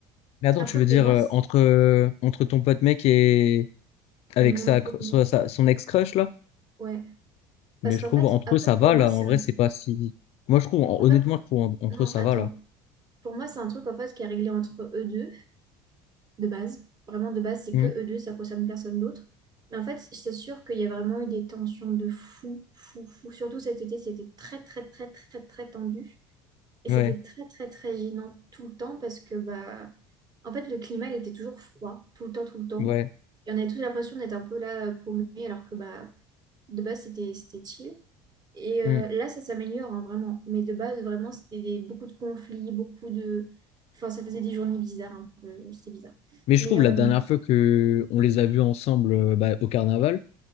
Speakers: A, on the left (about 60°); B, on the right (about 35°).
A: Mais attends,
B: Après,
A: tu veux dire
B: pour moi,
A: euh,
B: c'est-
A: entre, euh, entre ton pote mec et avec
B: mon
A: sa,
B: autre
A: cr-
B: pote,
A: so- sa- son ex-crush là?
B: ouais. Parce
A: Mais
B: qu'en
A: je trouve
B: fait,
A: entre
B: après,
A: eux ça
B: pour
A: va
B: moi,
A: là.
B: c'est
A: En vrai,
B: un
A: c'est pas si. Moi, je trouve, en-
B: Après,
A: honnêtement,
B: pour...
A: je trouve en- entre
B: Non,
A: eux ça
B: attends.
A: va là.
B: Pour moi, c'est un truc en fait qui est réglé entre eux deux, de base. Vraiment, de base, c'est
A: Mm.
B: que eux deux, ça concerne personne d'autre. Mais en fait, c'est sûr qu'il y a vraiment eu des tensions de fou, fou, fou. Surtout cet été, c'était très, très, très, très, très tendu. Et
A: Ouais,
B: c'était très, très, très gênant tout le temps parce que, bah, en fait, le climat, il était toujours froid, tout le temps, tout le temps.
A: ouais.
B: Et on avait tous l'impression d'être un peu là, paumé, alors que, bah, de base, c'était c'était chill. Et euh,
A: Mm.
B: là, ça s'améliore, hein, vraiment. Mais de base, vraiment, c'était des- beaucoup de conflits, beaucoup de... Enfin, ça faisait des journées bizarres, un peu. C'était bizarre.
A: Mais je
B: Mais
A: trouve
B: euh,
A: la dernière
B: non,
A: fois que on les a vus ensemble euh, bah, au carnaval,